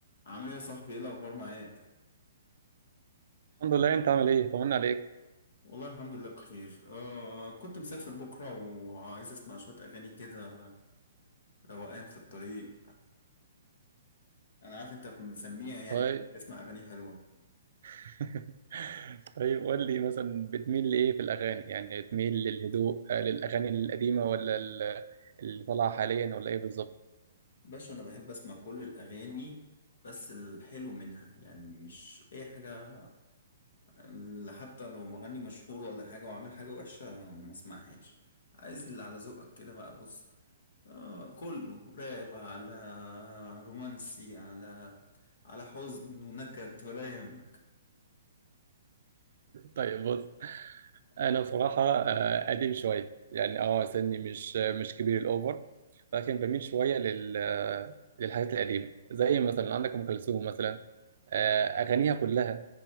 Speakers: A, on the left; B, on the right.
A: عامل ايه يا صاحبي ايه الاخبار معاك
B: الحمد لله انت عامل ايه طمنا عليك
A: والله الحمد لله بخير آه كنت مسافر بكره وعايز اسمع شويه اغاني كده روقان في الطريق انا عارف انت مسميع يعني
B: طيب
A: بتحب تسمع اغاني حلوه
B: <laughs> طيب قول لي مثلا بتميل لايه في الاغاني يعني بتميل للهدوء آه، للاغاني القديمه ولا ال- اللي طالعه حاليا ولا ايه بالظبط
A: باشا انا بحب اسمع كل الاغاني بس الحلو منها يعني مش اي حاجه اللي حتى لو مغني مشهور ولا حاجه وعامل حاجه وحشه ما اسمعهاش عايز اللي على ذوقك كده بقى بص آه كله راب على رومانسي على على حزن ونكد ولا يهمك
B: طيب بص انا بصراحه آه، قديم شويه يعني اه سني مش مش كبير الاوفر لكن بميل شويه لل آه، للحاجات القديمه زي مثلا عندك ام كلثوم مثلا آه، اغانيها كلها